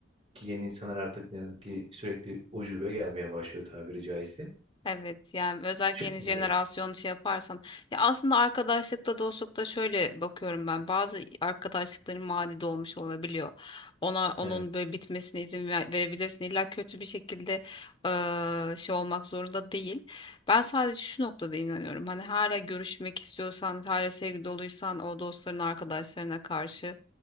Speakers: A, on the right; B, on the left.
A: ki yeni insanlar artık ne yazık ki sürekli ucube gelmeye başlıyor tabiri caizse.
B: Evet yani özellikle
A: Çıkmıyorum.
B: yeni jenerasyon şey yaparsan ya aslında arkadaşlıkta dostlukta şöyle bakıyorum ben bazı arkadaşlıkların maddi de olabiliyor ona onun
A: Evet,
B: böyle bitmesine izin ver- verebilirsin illa kötü bir şekilde eee, şey olmak zorunda değil ben sadece şu noktada inanıyorum hani hala görüşmek istiyorsan hala sevgi doluysan o dostların arkadaşlarına karşı